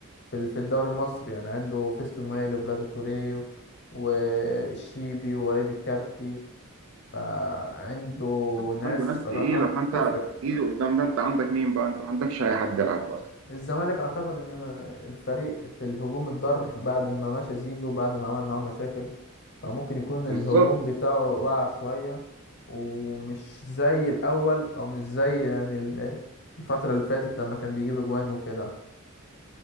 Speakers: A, on the left (about 50°); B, on the right (about 70°).
A: في ال- في الدوري المصري يعني عنده فيستون مايلي وبلاتي توريه و- والشيبي ووليد الكارتي فعنده
B: شفت
A: ناس
B: عنده ناس
A: صراحة
B: تقيله فانت
A: تفرق
B: ايد قدام ده انت عندك مين بقى انت ما عندكش اي حد يلعب اصلا
A: الزمالك اعتقد ان الفريق في الهجوم اتضر بعد ما مشى زيزو بعد ما عمل معاه مشاكل فممكن يكون
B: بالظبط
A: الهجوم بتاعه وقع شوية ومش زي الاول او مش زي يعني ال- الفترة اللي فاتت لما كان بيجيب اجوان وكده